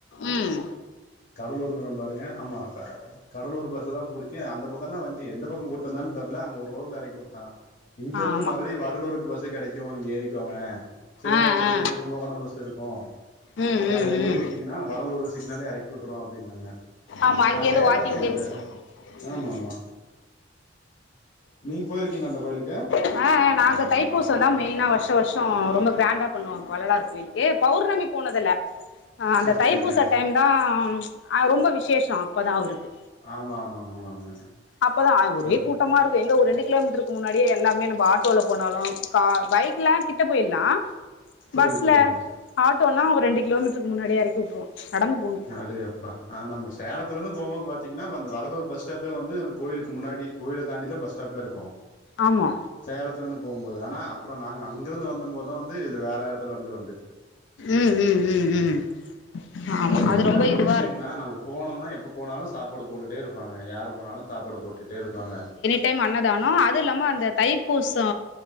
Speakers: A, on the left (about 70°); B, on the left (about 45°).
A: ம்
B: கடலூருங்குற பாருங்க ஆமா கடலூர் பஸ்ஸ தா புடுச் சு அந்த பக்க தா வந்சு எந்த பக்க கூட்டு வாந்தா தெர்ல அங்க ஒரு ரோட்ல எறக்கி உட்டா இங்கருந்து
A: ஆமா
B: மறுவ்டி வடலூருக்கு பஸ்ஸு கெடக் அ நீங்க ஏறிக்கோங்க சிதம்பர
A: ஆ
B: பஸ்ஸு
A: ஆ
B: கும்பகோணோ பஸ்ஸு இருக்கு
A: ம்
B: அதுல
A: ம் ம்
B: ஏறிட்டி கிங்கனா வடலூரு சிக்னலே எறக் கூட்ரோ அப்டின்னாங்க
A: ஆமா அங்கேருந்து
B: அ சேலத்துலந்து
A: வாக்கிங் டென்ஸ் ம்
B: ஆமா ஆமா நீங் போயிருக்கீங்ளா அந்த கோய்லுக்கு
A: அ அ நாங்க தைப்பூசதா மெயினா வர்ஷ வர்ஷோ ரொம்ப கிராண்டா பண்ணுவாங்க வள்ளலார் கோய்லு ஏ பௌர்ணமி போனதுல்ல அ அந்த
B: செரி
A: தைப்பூச
B: செரிங்க
A: டைம் தா அ ரொம்ப விசேஷா அப்பதா அவ்ருக்கு
B: ஆமா ஆமாங்க ஆமாங்க
A: அப்பதா அ ஒரே
B: அது
A: கூட் டமாருக்கு எங்க ஒரு ரெண்டு கிலோமீட்ருக்கு முன்னாடியே எல்லாமே நம்ப ஆட்டோல போனாலு கா பைக்லா கிட்ட போயில்லா
B: புரியுது
A: பஸ்ல
B: புரியுதுங்க
A: ஆட்டோனா ஒரு ரெண்டு கிலோமீட்ருக் முன்னாடே எறக்கி உட்ருவா நடந்து போணு
B: அடே அப்பா அ நம்ப சேலத்துலேந்து போம்போது பாத்தீங்னா அப்ப அந்த வடலூர் பஸ் ஸ்டாப்பே வந்து அந்த கோயிலுக்கு முன்னாடி கோயில தாண்டிதா பஸ் ஸ்டாப்பே இருக்கு
A: ஆமா
B: சேலத்துலேந்து போம்போது அனா அப்ரோ நாங்க அங்கிருந்து வந்த மோத்தா வந்து இது வேற எடத்துலருந்து வந்துச்சு
A: ம் ம் ம் ம் ஆமா
B: அதாது
A: அது
B: என்ன
A: ரொம்ப
B: ஒரு
A: இதுவா
B: விஷ்யங்னா
A: இருக்கு
B: நம்ம போனம்னா எப்ப போனாலு சாப்பாடு போட்டுட்டேருப் பாங்க யாரு போனாலு சாப்பாடு போட்டுட்டே இருப்பாங்க
A: டேம் அண்ணதானோ அது இல்லாம அந்த தைப்பூசோ